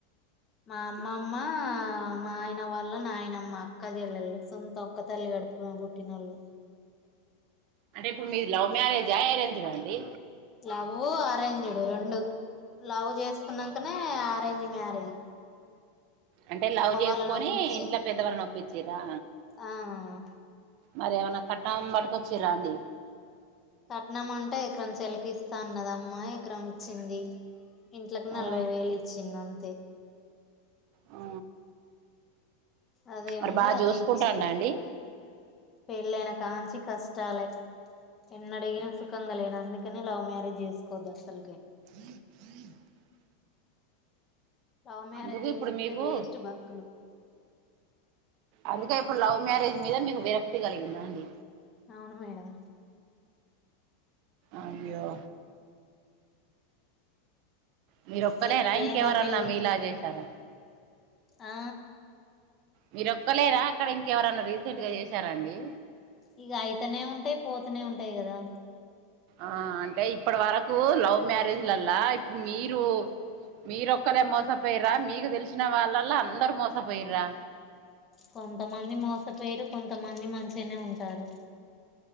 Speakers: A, on the left; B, on the right.
A: మా అమ్మమ్మ మా ఆయన వాళ్ళు నా ఆయనమ్మ అక్క చెల్లెళు సొంత ఒక్క తల్లి గడుపు పుట్టినోళ్ళు
B: అంటే ఇప్పుడు మీరు లవ్ మ్యారేజా అరేంజ్డ్ ఆ అండి
A: లవ్ ఆరెంజ్డు రెండు లవ్ చేసుకున్నాకనే అ అరేంజ్ మ్యారేజ్
B: అంటే లవ్
A: అమ్మ
B: చేసుకొని
A: వాళ్ళని ఒప్పించి
B: ఇంట్లో పెద్దవళనిొప్పించిరాా
A: ఆ
B: మరి ఏమైనా కట్నం పట్ కొచ్చిరా అండి
A: కట్నం అంటే ఎకరం చెల్లికి ఇస్తా అన్నద అమ్మా ఎకరం ఇచ్చింది ఇంట్లకు
B: ఆ
A: నలభై వేలు ఇచ్చిందిం త్ అంతే
B: ఆ
A: అదే
B: మరి
A: ఉంది
B: బాగా
A: అదే
B: చూసుకుంటాం
A: ఇచ్చిరు
B: అండి
A: పెళ్ళైన కాంచి కష్టాలే ఎన్న అడిగినా సుఖంగా లేన అందుకని లవ్ మ్యారేజ్ చేసుకోవద్దు అసల్ కి
B: జ జ
A: లవ్ మ్యారేజ్
B: అందుకు
A: చేసుకుంటే
B: ఇప్పుడు మీకు
A: వేస్ట్ బతుకులు
B: అందుకే ఇప్పుడు లవ్ మ్యారేజ్ మీద మీకు విరక్తి కలిగిందా అండి
A: అవును మేడం
B: అయ్యో మీరు
A: అసలు
B: ఒక్కలేరా
A: ప్రేమ
B: ఇంకెవరన్నా
A: పెళ్ళి
B: మీ ఇలా చేశారా
A: ఆ
B: మీరు ఒక్కలేరా అక్కడ ఇంకెవరన్నా రీసెంట్ గా చేశారండి
A: ఇక అయితనే ఉంటాయి పోతనే ఉంటాయి కదా
B: ఆ అంటే ఇప్పటి వరకు లవ్ మ్యారేజ్లల్లా ఇప్పుడు మీరు మీరొక్కరే మోసపోయిరా మీకు తెలిసిన వాళ్ళలా అందరు మోసపోయిరా
A: కొంతమంది మోసపోయరు కొంతమంది మంచిగానే ఉంటారు